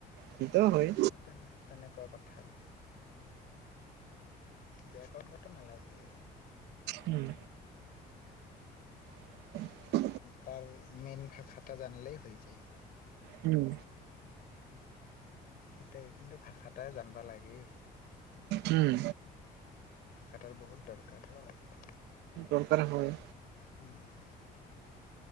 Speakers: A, on the right; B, on the left.
A: সেইটো হয়
B: তেনে-তেনেকুৱা কথা আৰু। ব্যায়াকৰণগত নালাগে।
A: উম। <inaudible>
B: তাৰ মেইন ভাষাটা জানিলেই হৈ যায়।
A: উম।
B: এতিয়া এই কিন্তু ভাষাটাই জানবা লাগেই
A: উম।
B: ভাষাতাৰ বহুত দৰকাৰ হয়।
A: দৰকাৰ হয়।
B: উম।